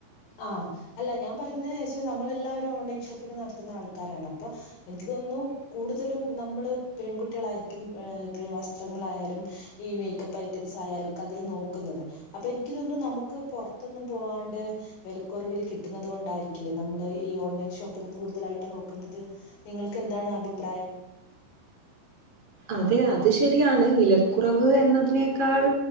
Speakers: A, on the left; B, on the right.
A: ആഹ് അല്ല ഞാൻ പറുന്നേച്ച നമ്മൾ എല്ലാവരും ഓൺലൈൻ ഷോപ്പിംഗ് നടത്തുന്ന ആൾക്കാരാണ് അപ്പൊ എനിക്ക് ചെ തൊന്നു കൂടുതലും നമ്മള് പെൺകുട്ടികളായിരിക്കും ഏഹ് പിന്നെ വസ്ത്രങ്ങളായാലും ഈ മേ ഇഗത്തെ ഐറ്റംസായാലൊക്കെ അതില് നോക്കുന്നത്. അപ്പൊ ഇൻക്ക് തോന്നു നമ്മക്ക് പൊർത്ത്ന്ന് പോവാാണ്ട് വിലക്കുറവിൽ കിട്ടുന്നത് കൊണ്ടായിരിക്കില്ലേ നമ്മള് ഈ ഓൺലൈൻ ഷോപ്പിംഗ് കൂടുതലായിട്ട് നോക്കുന്ന ത് നിങ്ങൾക്ക് എന്താണ് അഭിപ്രായം?
B: അതെ അത് ശരിയാണ് വിലക്കുറവ് എന്നതിനേക്കാൾ